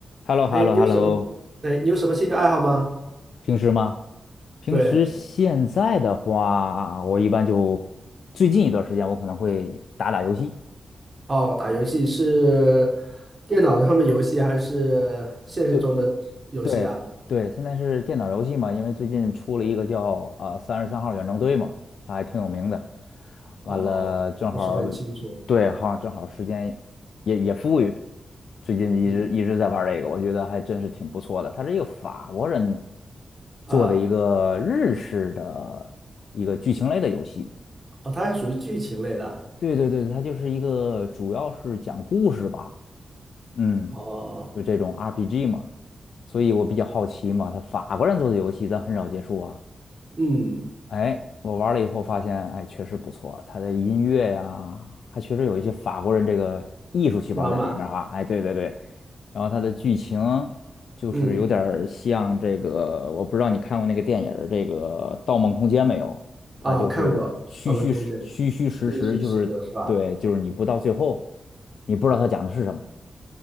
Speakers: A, on the left; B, on the right.
A: h e l l o
B: 哎，
A: h e l
B: 你有什么？
A: l o h e l l o
B: 哎，你有什么兴趣爱好吗？
A: 平时吗？平时现在的话，
B: 对，
A: 我一般就最近一段时间我可能会打打游戏。
B: 哦，打游戏是电脑上面游戏还是现实中的游戏啊？
A: 对，对对，现在是电脑游戏嘛，因为最近出了一个叫呃《三十三号远征队》嘛，它还挺有名的。完了，
B: 哦，
A: 正好儿
B: 不是很清楚。
A: 对，好像正好时间也也富裕，最近一直一直在玩儿这个，
B: 嗯，
A: 我觉得还真是挺不错的。它是一个法国人
B: 啊，
A: 做的一个日式的一个剧情类的游戏。
B: 哦，它是属于剧情类的啊。
A: 对对对，它就是一个主要是讲故事吧。嗯，
B: 哦，
A: 就这种 RPG 嘛，所以我比较好奇嘛，他法国人做的游戏咱很少接触啊。
B: 嗯，
A: 哎，我玩了以后发现，哎，确实不错，他的音乐呀，还确实有一些法国人这个艺术细胞在里面哈。
B: 浪漫，
A: 哎，对对对，然后它的剧情就是有点儿像这个，
B: 嗯，
A: 我不知道你看过那个电影儿这个《盗梦空间》没有？它就是虚虚实虚虚实实，
B: 啊，看过《盗梦空间》，这是实的是吧？
A: 就是对，就是你不到最后，你不知道他讲的是什么。